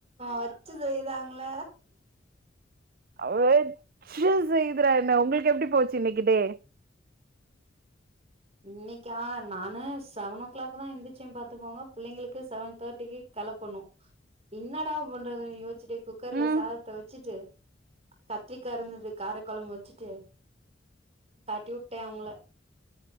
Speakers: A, on the right; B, on the right.
A: வச்சு செய்ராங்கள
B: வெச்சு செய்றாதுன்ன உங்களுக்கு எப்டி போச்சு இன்னைக்கு டே
A: இன்னைக்கா நான் அ செவன் ஓ கிளாக் தா எந்துருச்சே பாத்து பாத்துகோங்க பிள்ளைங்களுக்கு செவன் தேர்டிக்கு கெலப்பணு என்னடா பண்றதுனு யோச்சிட்டே குக்கர்ல
B: ம்
A: சாதத்த வெச்சுட்டு கத்திரிக்கா இருந்தது கார கொழம்பு வச்சுட்டு தட்டி விட்டே அவங்கள